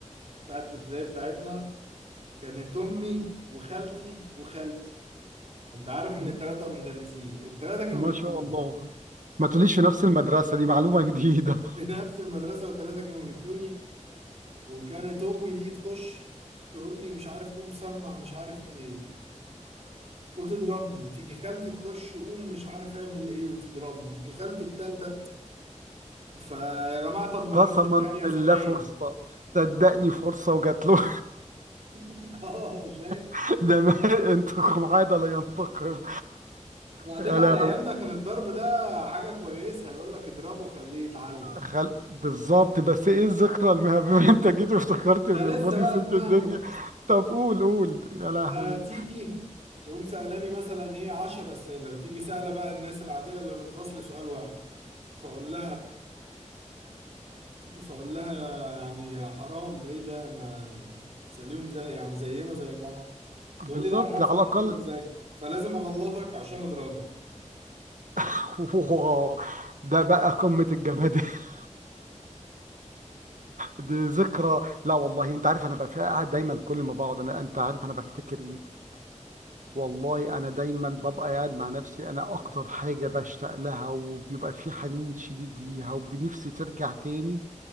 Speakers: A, on the right; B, on the right.
A: بتاعت الابتدائي بتاعتنا كانت امي وخالتي وخالتي انت عارف ان
B: م-
A: التلاتة مدرسين التلاتة كانوا
B: ما
A: بيدوني
B: شاء الله ما تقوليش في نفس المدرسه دي معلومه جديده
A: <laughs> في نفس المدرسة والتلاتة كانوا بيدوني وكانت
B: <laughs>
A: امي دي تخش تقول لي مش عارف قوم سمع مش عارف ايه وتضربني تيجي خالتي تخش قوم مش عارف اعمل ايه وتضربني تيجي خالتي التالتة فيا جماعة طب والناس
B: قسما
A: التانية
B: بالله
A: زمايلي
B: فرصة صدقني فرصة وجات له
A: <laughs> اه فاهم
B: <laughs> ده ما- انتكم عادة لا ينتقم
A: وبعدين
B: يا
A: على
B: لهوي
A: ايامنا كان الضرب ده حاجة كويسة يقول لك اضربه وخليه يتعلم
B: خل... بالظبط بس ايه الذكرى المهمة <laughs> انت جيت وافتكرت من
A: ده لسه
B: الماضي
A: بقى
B: سبت
A: اسمعني
B: الدنيا
A: بقى
B: طب قول قول يا لهوي
A: ده تيجي تقوم سألاني مثلا ايه 10 اسئلة وتيجي سألة بقى الناس العادية اللي في الفصل سؤال واحد فاقول فاقول لها يعني حرام ايه ده ما تسأليهم زي يعني زينا زي بعض
B: بالظبط
A: تقول لي لا انا عارفه
B: على الأقل
A: ان انت مذاكر فلازم اغلطك عشان اضربك
B: <laughs> ده بقى قمة الجماد <laughs> دي ذكرى لا والله انت عارف انا بقى قاعد دايما كل ما بقعد انا انت عارف انا بفتكر ايه والله انا دايما ببقى قاعد مع نفسي انا
A: اه
B: اكتر حاجه بشتاق لها وبيبقى في حنين شديد ليها وبنفسي ترجع تاني